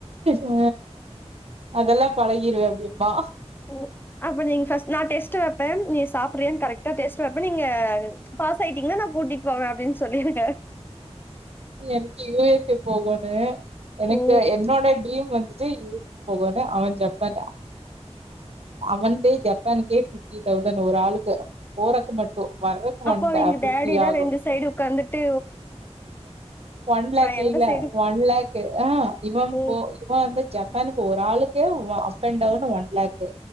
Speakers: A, on the right; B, on the left.
A: ஆ அதெல்லா பழகிருவே அப்படிம்பா
B: ஓ அப்ப நீங்க பர்ஸ்ட் நா டெஸ்ட் டப் நீ சாப்பிரியா கரெக்டா டெஸ்ட் வெப்பே நீங்க பாசயிட்டீங்கா நா கூட்டிட்டு போவே அப்படின்னு சொல்லிடுங்க
A: எனக்கு யு எஸ் எ போகனு எனக்கு
B: ஓ!
A: என்னோட டீரிம் வந்து ற்று யு எஸ் போகனு அவன் ஜப்பான் அவன்தே ஜப்பானுக்கே பிப்டி தௌசண்ட் ஒரு ஆளுக்கு போறக்கு மட்டு வர்றக்கு
B: அப்ப
A: ஒன்
B: இங்க
A: ஃபிஃப்டி
B: டேடி தா
A: ஆகு
B: ரெண்டு சைடு உக்காந்துட்டு
A: ஒன் லேக்
B: எந்த
A: இல்ல
B: சைடு
A: ஒன் லேக் ஆ இவ இ
B: ஓ!
A: போ இவன் வந்து ஜப்பானுக்கு ஒரு ஆளுக்கு <unintelligible> அப் and down one lakh